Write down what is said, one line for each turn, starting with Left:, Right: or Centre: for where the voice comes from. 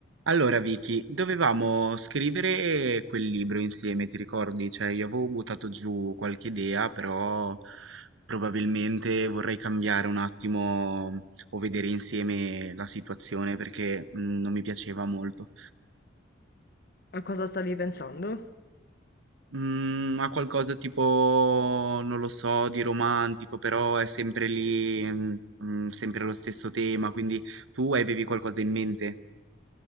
Right: Allora Vicky, dovevamo scrivere quel libro insieme, ti ricordi? Cioè, io avevo buttato giù qualche idea, però probabilmente vorrei cambiare un attimo o vedere insieme la situazione perché mm, non mi piaceva molto.
Left: A cosa stavi pensando?
Right: Mm, ha qualcosa tipo, non lo so, di romantico, però è sempre lì, mm, mm, sempre lo stesso tema, quindi tu avevi qualcosa in mente?